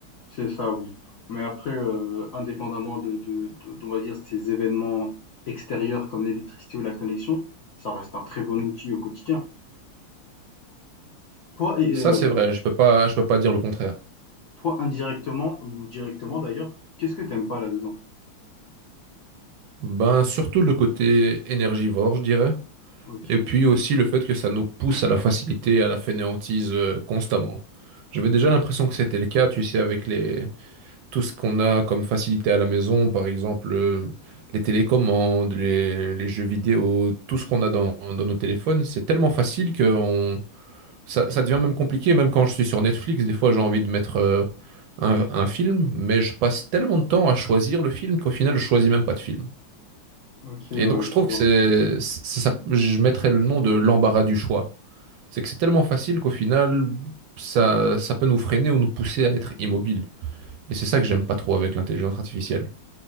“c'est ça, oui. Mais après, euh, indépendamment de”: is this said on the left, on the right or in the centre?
Left